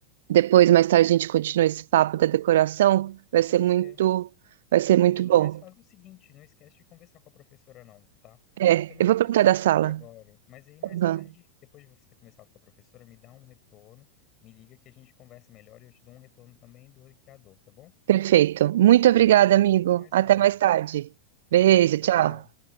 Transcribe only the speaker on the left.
Pode
ser.
Tranquilo,
mas faz o seguinte, não esquece de conversar com a professora não, tá?
Eu também
vou
ter
que sair
aqui agora, mas aí mais
tarde, depois de você ter conversado com a professora, me dá um retorno, me liga que a gente conversa melhor e eu te dou um retorno também do criador, tá bom?
Então,
beleza.
Até mais
tarde.
Até, tchau,
tchau.